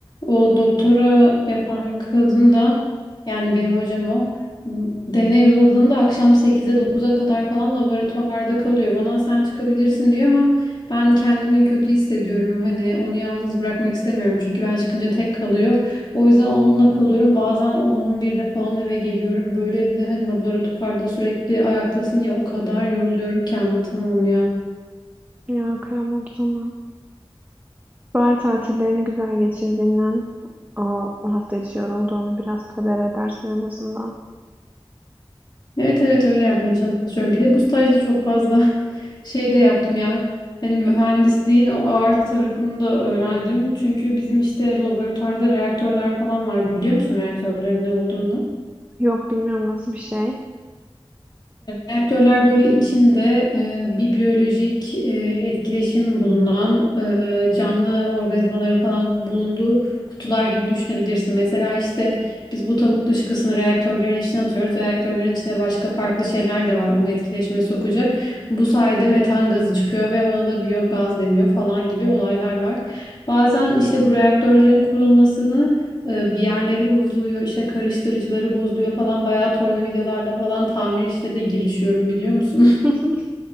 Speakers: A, on the left; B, on the right.
A: O doktora yapan kadın da yani benim hocam o deney uzadığında akşam sekize dokuz'a kadar falan laboratuvarda kalıyor. Bana sen çıkabilirsin diyor ama ben kendimi kötü hissediyorum. Hani onu yalnız bırakmak istemiyorum çünkü ben çıkınca tek kalıyor. O yüzden onunla kalıyorum. Bazen 10-11'de falan eve geliyorum. Böyle bir de hani laboratuvarda sürekli ayaktasın ya o kadar yoruluyorum ki anlatamam ya.
B: Ya kıyamam sana. Bahar tatillerini güzel geçirdiğinden o, o hafta içi yorulduğunu biraz töber edersin en azından.
A: Evet evet öyle yapmaya çalışıyorum. Bir de bu stajda çok fazla <laughs> şey de yaptım ya. Hani mühendisliğin o ağır tarafını da öğrendim. Çünkü bizim işte laboratuvarda reaktörler falan var. Biliyor musun reaktörlerin ne olduğunu?
B: Yok bilmiyorum nasıl bir şey.
A: Reaktörler böyle içinde e, bir biyolojik e, etkileşim bulunan e, canlı organizmaların falan bulunduğu kutular gibi düşünebilirsin. Mesela işte biz bu tavuk dışkısını reaktörlerin içine atıyoruz. Reaktörlerin içinde başka farklı şeyler de var onu etkileşime sokacak. Bu sayede metan gazı çıkıyor ve ona da biyogaz deniyor falan gibi olaylar var. Bazen işte bu reaktörlerin kurulmasını e, bir yerleri bozuluyor, işte karıştırıcıları bozuluyor falan. Bayağı tornavidalarla falan tamir işine de girişiyorum biliyor musun?
B: <laughs>